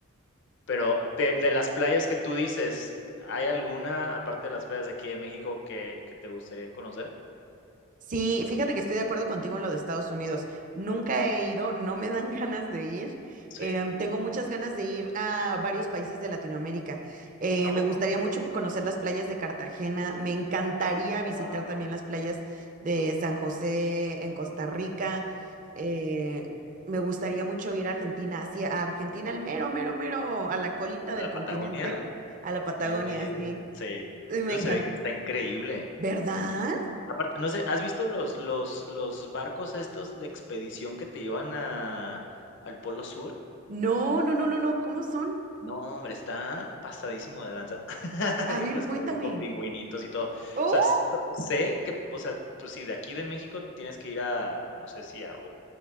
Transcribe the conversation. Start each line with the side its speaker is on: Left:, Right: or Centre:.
Left: pero de, de las playas que tú dices, ¿hay alguna, aparte de las playas de aquí de México, que, que te gustaría conocer?
Right: Sí, fíjate que estoy de acuerdo contigo en lo de Estados Unidos. Nunca he ido, no me dan <laughs> ganas de ir.
Left: Sí.
Right: Em, tengo muchas ganas de ir a varios países de Latinoamérica. Eh,
Left: ¿A poco?
Right: me gustaría mucho po- conocer las playas de Cartagena. Me encantaría visitar
Left: Wow.
Right: también las playas de San José en Costa Rica. Eh, me gustaría mucho ir a Argentina, hacia a Argentina, al mero, mero, mero, a la colita del
Left: ¿A la Patagonia?
Right: continente, a la Patagonia,
Left: Eh,
Right: sí.
Left: Sí.
Right: Me
Left: Eso
Right: encanta.
Left: se ve que está increíble.
Right: ¿Verdad?
Left: Aparte, no sé, ¿has visto los los los barcos estos de expedición que te llevan a al Polo Sur?
Right: No, no, no, no, no. ¿Cómo son?
Left: No, hombre, está pasadísimo de lanza. <laughs>
Right: A ver,
Left: Y, pues,
Right: cuéntame.
Left: como con pingüinitos y todo. O
Right: ¡Oh!
Left: sea, s sé que, o sea, pues, si de aquí de México tienes que ir a, no sé si a ot